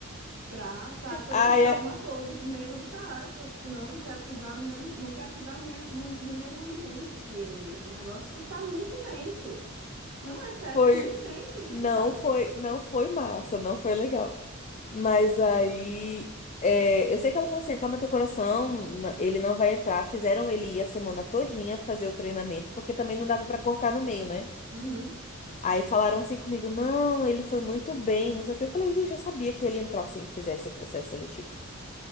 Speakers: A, on the right; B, on the left.
A: pra tá com esse
B: Aí
A: trauma
B: é,
A: todo, com medo do cara. Fala, Tipo, não, não quero pisar no mesmo, não quero pisar no mesmo, no, no mesmo ambiente que ele. O negócio isso tá muito tenso. Não, é sério,
B: foi,
A: é muito tenso isso,
B: não
A: cara.
B: foi, não foi massa, não foi legal. Mas aí. é, eu sei que ela falou assim: acalma teu coração, n- ele não vai entrar. Fizeram ele ir a semana todinha fazer o treinamento, porque também não dava pra cortar no meio, né?
A: Uhum.
B: Aí falaram assim comigo: não, ele foi muito bem, não sei o que. Eu falei: gente, eu sabia que ele entrasse se ele fizesse o processo seletivo.